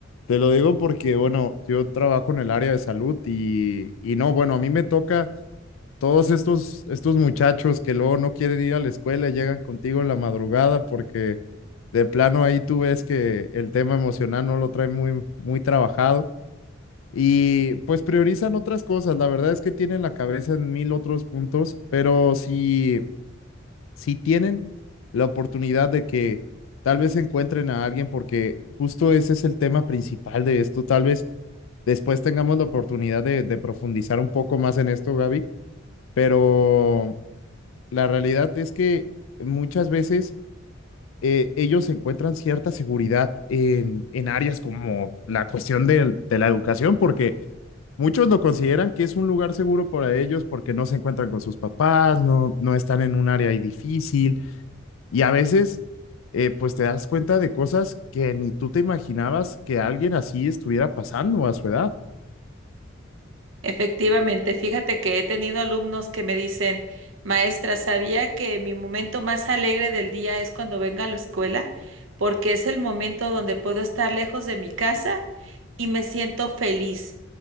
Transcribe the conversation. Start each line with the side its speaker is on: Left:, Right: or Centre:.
Left: Te lo digo porque, bueno, yo trabajo en el área de salud y, y no, bueno, a mí me toca todos estos, estos muchachos que luego no quieren ir a la escuela y llegan contigo en la madrugada porque de plano ahí tú ves que el tema emocional no lo trae muy, muy trabajado y pues priorizan otras cosas. La verdad es que tienen la cabeza en mil otros puntos, pero sí si tienen la oportunidad de que tal vez encuentren a alguien, porque justo ese es el tema principal de esto, tal vez después tengamos la oportunidad de, de profundizar un poco más en esto, Gaby, pero la realidad es que muchas veces eh, ellos encuentran cierta seguridad en, en áreas como la cuestión del- de, la educación, porque muchos lo consideran que es un lugar seguro para ellos porque no se encuentran con sus papás, no, no están en un área ahí difícil y a veces, eh, pues te das cuenta de cosas que ni tú te imaginabas que alguien así estuviera pasando a su edad.
Right: Efectivamente, fíjate que he tenido alumnos que me dicen, maestra, sabía que mi momento más alegre del día es cuando vengo a la escuela, porque es el momento donde puedo estar lejos de mi casa y me siento feliz.